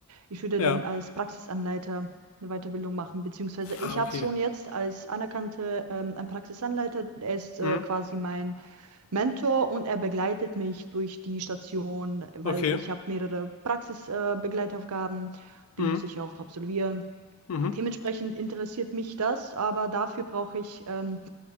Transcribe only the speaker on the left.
Ja.
Ah, okay.
Mhm.
Okay.
Mhm.
Mhm.